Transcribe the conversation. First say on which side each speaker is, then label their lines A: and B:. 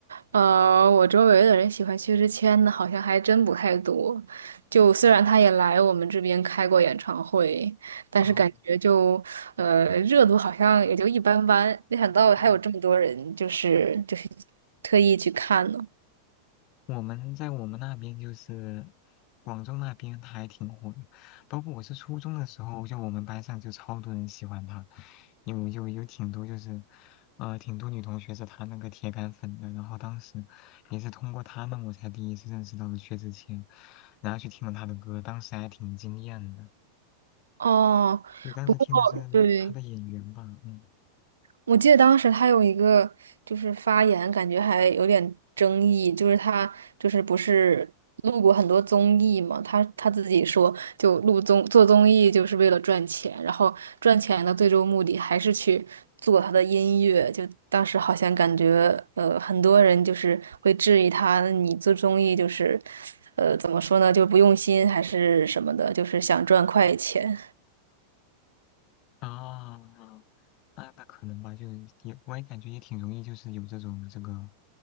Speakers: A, on the right; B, on the left.
A: 呃，我周围的人喜欢薛之谦的，好像还真不太多。就虽然他也来我们这边开过演唱会，但是感觉就，
B: 哦，
A: 呃，热度好像也就一般般。没想到还有这么多人，
B: 嗯
A: 就是就是特意去看呢。
B: 我们在我们那边就是广州那边，他还挺火的。包括我是初中的时候，就我们班上就超多人喜欢他，有有有挺多就是，呃，挺多女同学是他那个铁杆粉的。然后当时也是通过他们，我才第一次认识到了薛之谦，然后去听了他的歌，当时还挺惊艳的。
A: 哦，
B: 因为当时听的是他的演员吧，
A: 不过对，
B: 嗯
A: 我记得当时他有一个就是发言，感觉还有点争议，就是他就是不是录过很多综艺嘛，他他自己说就录综做综艺就是为了赚钱，然后赚钱的最终目的还是去做他的音乐，就当时好像感觉呃很多人就是会质疑他，你做综艺就是呃怎么说呢，就不用心还是什么的，就是想赚快钱。
B: 啊，那那可能吧，就也我也感觉也挺容易，就是有这种这个。